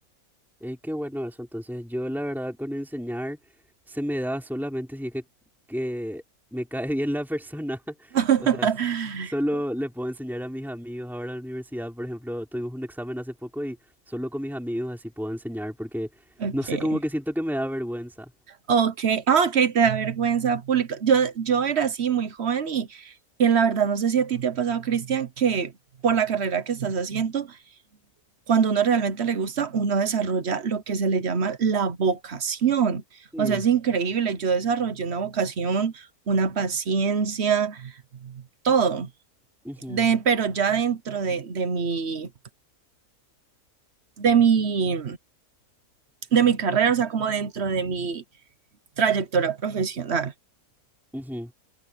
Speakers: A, in the centre; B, on the right.
A: Eh, qué bueno eso. Entonces, yo la verdad con enseñar se me da solamente si es que, que me cae <laughs> bien la persona. <laughs>
B: <laughs>
A: O sea, s- solo le puedo enseñar a mis amigos. Ahora en la universidad, por ejemplo, tuvimos un examen hace poco y solo con mis amigos así puedo enseñar porque
B: Ok.
A: no sé, como que siento que me da vergüenza.
B: Ok, ah, ok, te da vergüenza pública. Yo, yo era así muy joven y, y en la verdad no sé si a ti te ha pasado, Cristian, que por la carrera que estás haciendo, cuando uno realmente le gusta, uno desarrolla lo que se le llama la vocación.
A: Sí.
B: O sea, es increíble. Yo desarrollé una vocación, una paciencia, todo.
A: ujú,
B: De, pero ya dentro de, de mi, de mi, de mi carrera, o sea, como dentro de mi trayectoria profesional.
A: ujú.